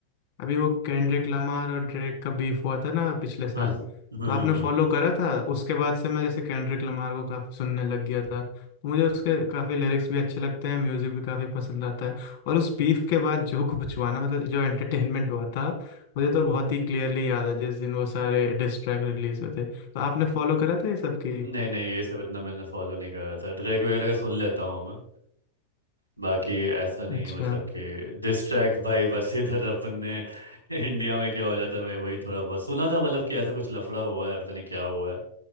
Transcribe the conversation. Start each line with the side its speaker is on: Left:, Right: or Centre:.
Left: अभी वो केंड्रिक लमार और ड्रेक का बीफ हुआ था ना पिछले साल
Right: हाँ <laughs> हम्म
Left: तो आपने
Right: हम्म,
Left: फॉलो करा था उसके बाद से मैं जैसे केंड्रिक लमार को काफ़ी सुनने लग गया था तो मुझे उसके काफ़ी लिरिक्स भी अच्छे लगते हैं म्यूज़िक भी काफ़ी पसंद आता है और उस बीफ के बाद जो कुछ हुआ ना मतलब जो एंटरटेनमेंट हुआ था मुझे तो बहुत ही क्लियरली याद है जिस दिन वो सारे डिस्ट्रैक्ट रिलीज हुए थे तो आपने फॉलो करा था ये सब की
Right: नहीं नहीं ये सब इतना मैंने फॉलो नहीं करा था ड्रैग वगैरह का सुन लेता हूँ मैं बाकी ऐसा नहीं
Left: अच्छा
Right: है मतलब कि दिस ट्रैक भाई बस इधर अपन ने इंडिया में क्या हो जाता है मैं वही थोड़ा बहुत सुना था मतलब कि ऐसा कुछ लफड़ा हुआ है पता नहीं क्या हुआ है